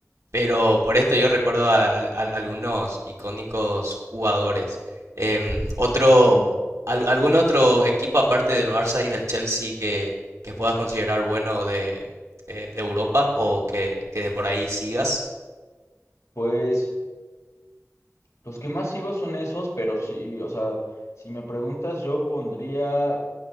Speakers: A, on the right (about 70°); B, on the left (about 75°).
A: pero por esto yo recuerdo a, a- a algunos icónicos jugadores. Em, otro,
B: claro.
A: al- ¿algún otro equipo aparte del Barça y del Chelsea que, que puedas considerar bueno de, eh, de Europa o que, que de por ahí sigas?
B: Pues los que más sigo son esos, pero sí, o sea, si me preguntas, yo pondría